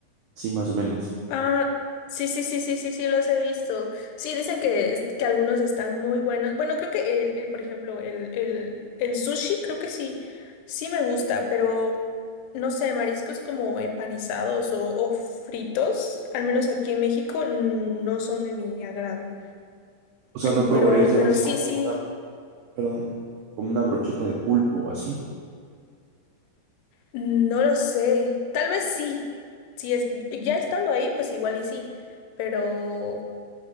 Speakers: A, on the right; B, on the left.
A: sí, más o menos.
B: Ah, sí, sí, sí, sí, sí, sí, los he visto. Sí, dicen que, es- que algunos están muy buenos. Bueno, creo que el, el, por ejemplo, el, el, el sushi, creo que sí, sí me gusta, pero no sé, mariscos como empanizados o, o fritos, al menos aquí en México, mm, no son de mi agrado.
A: O sea,
B: En-
A: no probarías
B: pero,
A: algo
B: pero
A: así
B: sí,
A: como
B: sí,
A: una, perdón, como una brocheta de pulpo o así,
B: no lo sé. Tal vez sí. Si es, ya estando ahí, pues igual y sí. Pero,